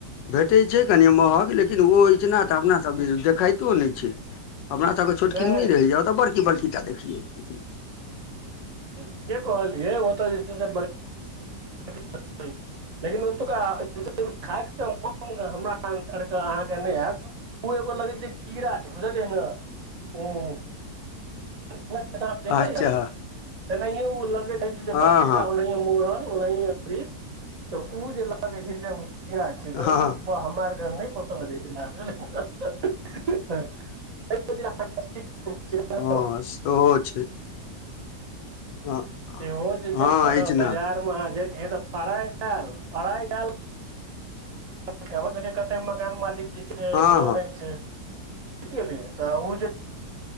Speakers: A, on the left; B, on the right.
A: भेटै छै कनी महग लेकिन ओ इचना त अपना सब दिस देखैतो नै छै, अपना सब के छोटकिनमी
B: नहि
A: रहैया, ओता बड़की-बड़की टा देखिये <unintelligible>
B: ठीके कहलियै ओतऽ जे छै से बड़ <unintelligible> लेकिन ओतुका <unintelligible> खाय के मोन हमरा आरके अहाँके नै हाएत। उ एगो लगै छै कीड़ा छै बुझलियै नै उम्म <unintelligible> सांप जे नै
A: अच्छा
B: या तेनहैये उ लगेत रहे छै जे
A: हँ
B: बड़कीटा
A: हँ
B: ओन्हिये ए मोड़ल ओन्हिये री तऽ उ जे लागे छै जेना कीड़ा छिये तऽ
A: हँ
B: उ बा हमरा आर के नै पसन्द रहै छै <unintelligible> बुझलिये। <unintelligible> <unintelligible>
A: हँ सेहो छै हँ
B: सेहो जे छय
A: हँ
B: ने
A: इचना
B: बजार <unintelligible> जेत तऽ फ्राइ डाल, फ्राइ डाल <unintelligible> भ सकय, कते मकान मालिक जे छै से
A: हँ
B: बनै
A: हँ
B: छै, बुइझ गेलियै? तऽ ओ जे